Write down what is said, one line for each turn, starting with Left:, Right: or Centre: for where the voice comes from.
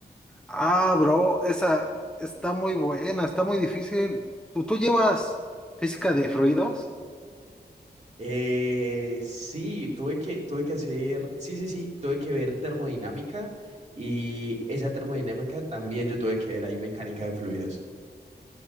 Centre: Ah, bro, esa está muy buena, está muy difícil. ¿Tú, tú llevas física de fluidos?
Right: Eh, sí, tuve que, tuve que hacer, sí, sí, sí, tuve que ver termodinámica y esa termodinámica también yo tuve que ver ahí mecánica de fluidos.